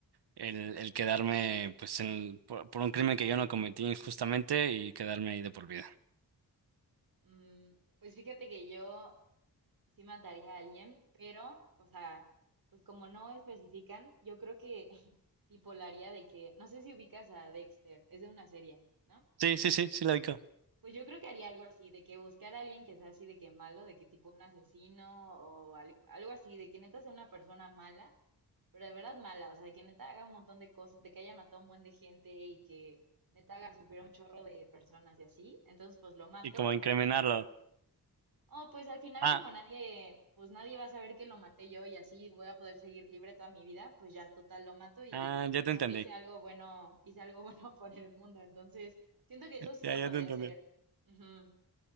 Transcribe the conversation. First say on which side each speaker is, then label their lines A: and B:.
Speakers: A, on the right (about 80°); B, on the right (about 60°).
A: el, el quedarme pues en- por, por un crimen que yo no cometí injustamente y quedarme ahí de por vida.
B: Mm, pues fíjate que yo sí mataría a alguien, pero, o sea, pues como no especifican, yo creo que <laughs> tipo la haría de que, no sé si ubicas a Dexter, es de una serie, ¿no?
A: Sí, sí, sí, sí lo digo.
B: Pues yo creo que haría algo así, de que buscar a alguien que sea así de que malo, de que tipo un asesino o al- algo así, de que neta sea una persona mala, pero de verdad mala, o sea, de que neta haga un montón de cosas, de que haya matado un buen de gente y que neta haga sufrir a un chorro de personas y así. Entonces, pues lo mato.
A: Y como incriminarlo.
B: Oh, pues al final
A: Ah,
B: como nadie, pues nadie va a saber que lo maté yo y así voy a poder seguir libre toda mi vida, pues ya total lo mato y
A: ah, ya
B: como
A: te entendí.
B: que hice algo bueno, hice algo <laughs> bueno por el mundo. Entonces, siento que eso sí
A: Ya,
B: lo
A: ya
B: podría
A: te entendí.
B: hacer. Ujú,